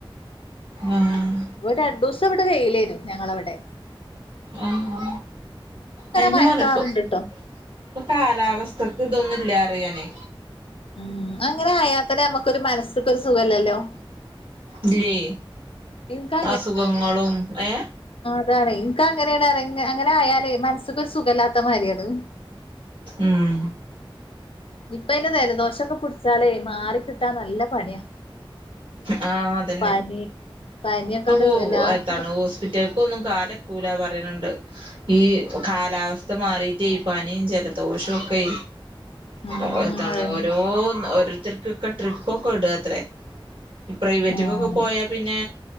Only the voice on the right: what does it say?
ആഹ്
ആ ഹാ അഎന്നെ
പറഞ്ഞ പ്പം ഇപ്പൊ കാലാവസ് <unintelligible> ക്ക് ഇതൊന്നും ഇല്ലാറിയ ഞാനെ
ഇല്ലേ
അസുഖങ്ങളും ഏ
ഉം
ആഹ് അതന്നെ
അ പോ
എത്താണ് ഹോസ്പിറ്റൽ ക്ക് ഒന്നും കാലക്കൂലാ പറിണ് ണ്ട് ഈ കാലാവസ്ഥ മാറീട്ടെ ഈ പനിം ജലദോഷവും ഒക്കെ
ഒ എത്താണ്
ഓരോ ഓരോരുത്തർക്കൊക്കെ ട്രിപ്പൊക്കെ ഇടുകാത്രേ ഇ പ്രൈവറ്റ്ക്കൊക്കെ
പോയാ പിന്നെ